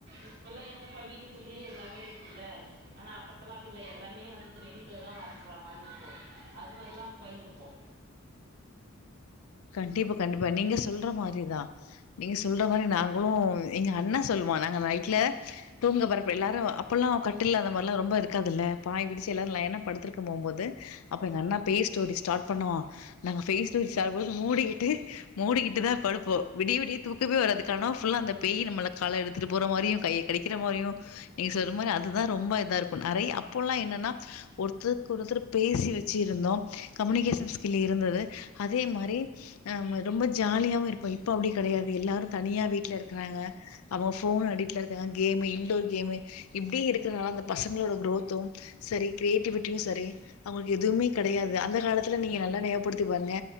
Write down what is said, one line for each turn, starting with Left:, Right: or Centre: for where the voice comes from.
Right: இப்போல்லா எங்கேப்பா வீட்டுக்குள்ளேயே எல்லாமே இருக்குல ஆனா அப்பல்லா அப்டி இல்ல எல்லாமே வந்து வெளிலதான் வர்ற மாதிரி இருக்கும் அது மாதிரல்லா பயந்திருக்கோம்
Left: கண்டிப்பா கண்டிப்பா நீங்க சொல்ற மாதிரிதான் நீங்க சொல்ற மாதிரி நாங்களும் எங்க அண்ணா சொல்லுவான் நாங்க நைட்ல தூங்க வரப்ப எல்லாரு அப்பெல்லா கட்டில்ல அந்த மாதிர எல்லா ரொம்ப இருக்காதுல்ல பாய் விருச்சி எல்லாரு ஏன்னா படுத்துருக்க போம்போது அப்ப எங்க அண்ணா பேய் ஸ்டோரி ஸ்டார்ட் பண்ணுவான் நாங்க பேய் ஸ்டோரி ஸ்டார்ட் பண்ணுபோது மூடிக்கிட்டு மூடிகிட்டு தா படுப்போம் விடிய விடிய தூக்கமே வராது கனவு ஃபுல்லா அந்த பேய் நம்மள கால எடுத்துட்டு போற மாதிரியு கைய கிடைக்கிற மாதிரியு நீங்க சொல்ற மாரி அதுதான் ரொம்ப இத இருக்கும் நெறையா அப்பல்லா என்னன்னா ஒருத்தருக்கு ஒருத்தர் பேசி வச்சு இருந்தோம் கம்யூனிகேஷன் ஸ்கில் இருந்தது அது அதே மாறி ஆ ரொம்ப ஜாலியாவும் இருப்போம் இப்ப அப்டி கிடையாது எல்லாரு தனியா வீட்டுல இருக்கிறாங்க அவங்க போன் அடிடல இருக்காங்க கேமு இன்டோர் கேமு இப்டி இருக்கிறதுனால அந்த பசங்களோட குரோத்தும் செரி கிரியேட்டிவிட்டியும் செரி அவங்களுக்கு எதுவுமே கிடையாது அந்த காலத்துல நீங்க நல்லா ஞாபகப்படுத்தி பாருங்க